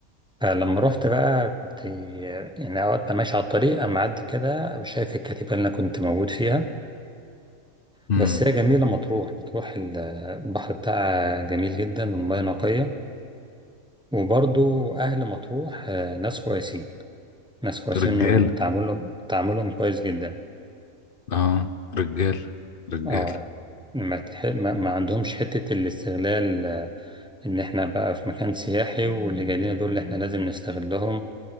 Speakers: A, in the centre; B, on the left.
A: فلما رحت بقى كنت يعني اوقات ببقى ماشي على الطريق اما اعدي كده شايف الكتيبه اللي انا كنت موجود فيها
B: امم
A: بس هي جميله مطروح مطروح ال- البحر بتاعها جميل جدا والميه نقيه وبرضو اهل مطروح آه، ناس كويسين ناس كويسين
B: رجاله
A: وتعاملهم تعاملهم كويس جدا
B: اه رجاله رجاله
A: اه ما, تح... ما ما عندهمش حتة الاستغلال آه، ان احنا بقى في مكان سياحي واللي جاي لنا دول اللي احنا لازم نستغلهم